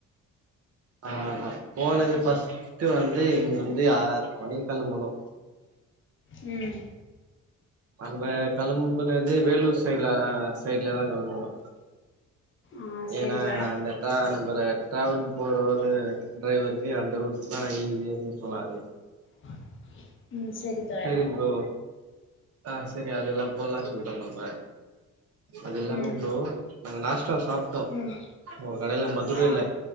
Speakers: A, on the right; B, on the left.
A: ஆ ஹ போனது ஃபஸ்ட்டு வந்து இங்க வந்து ஆறு மணி கெளம்புனோ
B: ம்
A: அங்க கெளம்புனது வேலூர் சைட்ல சைட்லதா கெளம்புனோ
B: ஆ செரி
A: ஏனா
B: தோழா
A: அந்த டிரா நம்புர ட்ராவல் போறவரு ட்ரைவரு ஜி அந்த ரூட்டு தா ஈஸினு சொன்னாரு
B: <inaudible> தோழா
A: சேரி ப்ரோ ஆ செரி அதுல்லா போலா சொல்ட்டோ நம்ப அது இல்லாம
B: ம்
A: ப்ரோ நாங்க நாஸ்டா சாப்ட்டோ
B: ம்
A: ஒரு கடைல மதுரைல
B: ஆ